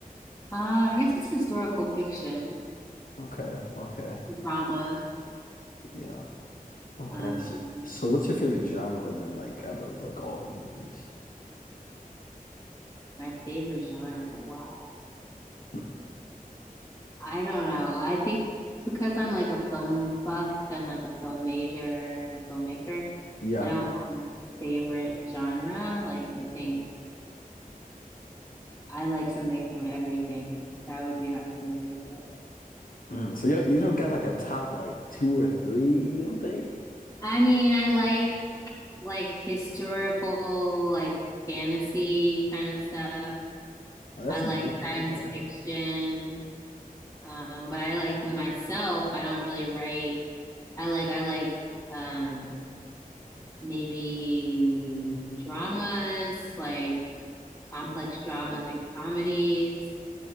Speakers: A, on the left; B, on the left.
A: Uh, I guess it's historical fiction,
B: Okay, okay.
A: drama.
B: Yeah. Okay.
A: Um,
B: So so what's your favorite genre then, like out of like all the movies?
A: my favorite genre. Wow.
B: Hmm.
A: I don't know. I think because I'm like a film buff and like a film major and a filmmaker,
B: Yeah.
A: I don't have a favorite genre. Like, I think I like something from everything. That would be hard for me to pick.
B: Mm. So you you don't got like a top like two or three, you don't think?
A: I mean, I like like historical, like fantasy kind of stuff.
B: Well, that's
A: I like
B: new. Okay.
A: science fiction. Um, but I like myself, I don't really write. I like I like um maybe dramas, like complex dramas and comedies.